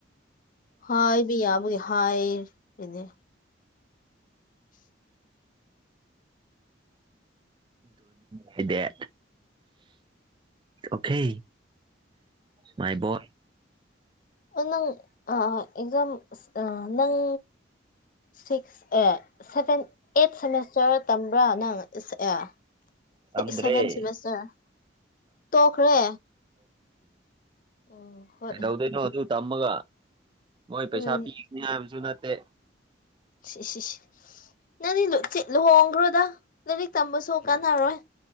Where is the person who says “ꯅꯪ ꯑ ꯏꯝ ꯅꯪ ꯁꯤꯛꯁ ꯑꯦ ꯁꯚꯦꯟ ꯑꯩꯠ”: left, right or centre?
Left